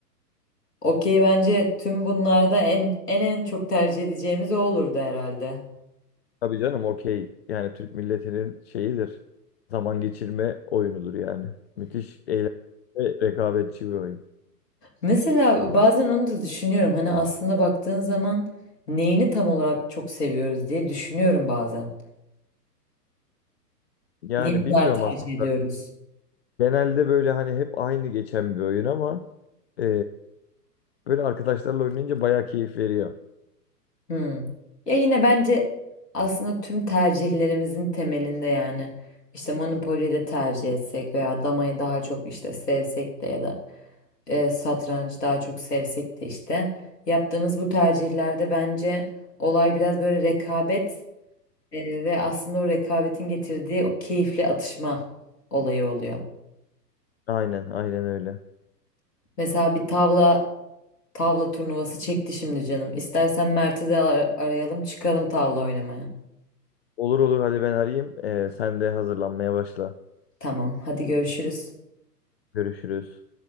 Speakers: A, on the left (about 70°); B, on the left (about 40°).
A: Okey bence tüm bunlarda en en en çok tercih edeceğimiz o olurdu herhalde.
B: Tabii canım okey. Yani Türk milletinin şeyidir. Zaman geçirme oyunudur yani. Müthiş eğlenceli ve rekabetçi bir oyun.
A: Mesela bazen onu da düşünüyorum. Hani aslında baktığın zaman neyini tam olarak çok seviyoruz diye düşünüyorum bazen.
B: Yani
A: Niye bu
B: bilmiyorum
A: kadar tercih
B: aslında.
A: ediyoruz?
B: Genelde böyle hani hep aynı geçen bir oyun ama e, böyle arkadaşlarla oynayınca bayağı keyif veriyor.
A: Hmm. Ya yine bence aslında tüm tercihlerimizin temelinde yani işte Monopoly'yi de tercih etsek veya damayı daha çok işte sevsek de ya da e, satrancı daha çok sevsek de işte yaptığımız bu tercihlerde bence olay biraz böyle rekabet Ee, ve aslında o rekabetin getirdiği o keyifli atışma olayı oluyor.
B: Aynen, aynen öyle.
A: Mesela bir tavla tavla turnuvası çekti şimdi canım. İstersen Mert'i de ar- arayalım, çıkalım tavla oynamaya.
B: Olur olur hadi ben arayayım. Ee, sen de hazırlanmaya başla.
A: Tamam, hadi görüşürüz.
B: Görüşürüz.